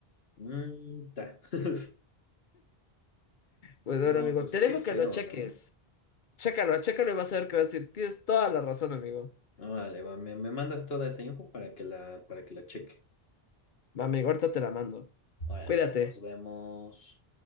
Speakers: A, on the left; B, on the left.
A: Mm, ta. <laughs>
B: Pues
A: No,
B: bueno, amigo,
A: pues
B: te
A: qué
B: dejo
A: feo,
B: que lo cheques.
A: ¿no?
B: Chécalo, chécalo y vas a ver que vas a decir. Tienes toda la razón, amigo.
A: Órale, va, me, me mandas toda esa info para que la, para que la cheque.
B: Va, amigo, ahorita te la mando.
A: Órale,
B: Cuídate.
A: nos vemos.